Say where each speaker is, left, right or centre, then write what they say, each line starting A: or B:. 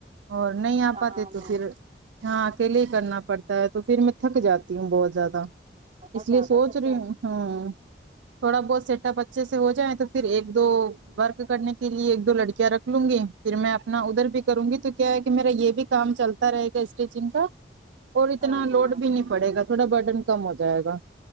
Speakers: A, on the right; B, on the right.
A: اور نہیں آ
B: کہاں
A: پاتے تو
B: وہ
A: پھر ہاں اکیلے ہی کرنا پڑتا ہے تو پھر میں تھک جاتی ہوں بہت زیادہ
B: بہت
A: اس
B: زیادہ
A: لیے سوچ
B: تھک
A: رہی
B: جاتی
A: ہوں ہاں تھوڑا بہت سیٹ اپ اچھے سے ہو جائیں تو پھر ایک دو ورک کرنے کے لیے ایک دو لڑکیاں رکھ لوں گی پھر میں اپنا ادھر بھی کروں گی تو کیا ہے کہ میرا یہ بھی کام چلتا رہے گا اسٹیچنگ کا اور اتنا
B: ہاں ہاں
A: لوڈ بھی نہیں پڑے گا تھوڑا برڈن کم ہو جائے گا